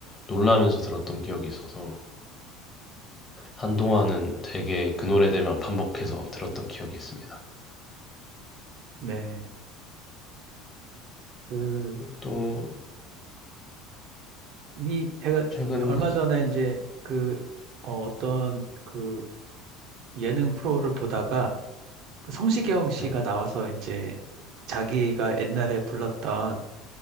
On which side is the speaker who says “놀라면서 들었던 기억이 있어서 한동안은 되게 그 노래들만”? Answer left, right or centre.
Left